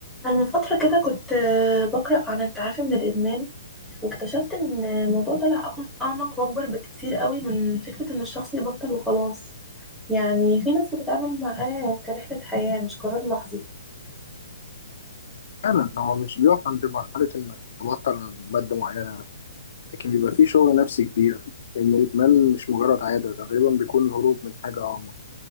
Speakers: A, in the centre; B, on the left (about 40°).
A: أنا من فترة كده كنت آه، بقرأ عن التعافي من الإدمان واكتشفت إن الموضوع طلع أعم- أعمق وأكبر بكتير قوي من فكرة إن الشخص يبطل وخلاص يعني في ناس بتتعامل معاه كرحلة حياة مش قرار لحظي
B: فعلا هو مش بيقف عند مرحلة إنك تبطل مادة معينة لكن بيبقى فيه شغل نفسي كبير لأن الإدمان مش مجرد عادة ده غالبا بيكون هروب من حاجة أعمق